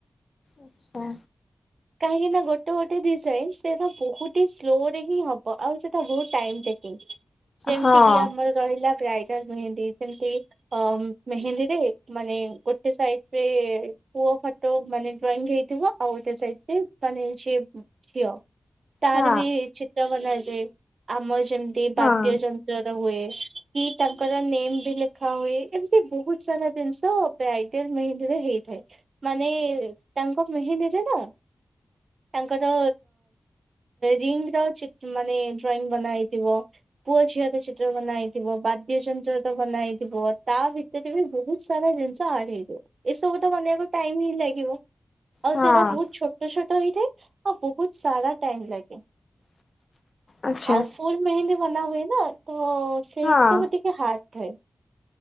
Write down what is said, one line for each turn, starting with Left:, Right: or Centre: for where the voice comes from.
Left: ଆଛା।
Right: କାହିଁକି ନା ଗୋ ଗୋଟେ ଗୋଟେ ଡିଜାଇନ ସେଇଟା ବହୁତ ହି ସ୍ଲୋ ରେ ହିଁ ହବ ଆଉ ସେଟା ବହୁତ ଟାଇମ ଟେକିଂ। ଯେମ୍
Left: ହଁ
Right: ତି କି ଆମର ରହିଲା ବ୍ରାଇଡାଲ ମେହେନ୍ଦୀ, ଯେମତି ଅ ମେହେନ୍ଦୀରେ ମାନେ ଗୋଟେ ସାଇଡରେ ପୁଅ ଫଟ ତ ମାନେ ଡ୍ରଇଂ ହେଇଥିବ ଆଉ ଗୋଟେ ସାଇ ରେ ମାନେ ଝିଅ। ତାର
Left: ହଁ
Right: ବି ଚିତ୍ର ବନାଯାଏ, ଆମ ଯେମିତି ବାଦ୍ୟ
Left: ହଁ
Right: ଯନ୍ତ୍ରରେ ହୁଏ। କି ତାଙ୍କର ନେମ ବି ଲେଖା ହୁଏ ଏମତି ବହୁତ ସାରା ଜିନିଷ ଆଇଡଲ ମେଡିରେ ହେଇଥାଏ। ମାନେ ତାଙ୍କ ମେହେନ୍ଦୀରେ ତ? ତାଙ୍କର ରିଙ୍ଗ ର ଚି ମାନେ ଡ୍ରଇଂ ବନା ହେଇଥିବ। ପୁଅ ଝିଅ ତ ଚିତ୍ର ବନା ହେଇଥିବ ବାଦ୍ୟଯନ୍ତ୍ର ତ ବନା ହେଇଥିବ ତା ଭିତ ଭିତରେ ବି ବହୁତ ସାରା ଜିନିଷ ଆଡ ହେଇଯିବ ଏସବୁ ତ ବନେଇବାକୁ ଟାଇମ ହିଁ ଲାଗିବ। ଆଉ
Left: ହଁ
Right: ସେଇଟା ବହୁତ ଛୋଟ ଛୋଟ ହେଇଥାଏ, ଆଉ ବହୁତ ସାରା ଟାଇମ ଲାଗେ।
Left: ଆଚ୍ଛା
Right: ଆଉ ଫୁଲ ମେହେନ୍ଦୀ ବନା ହୁଏ ନା, ତ ସେଇ
Left: ହଁ
Right: ସବୁ ଟିକେ ହାର୍ ଥାଏ।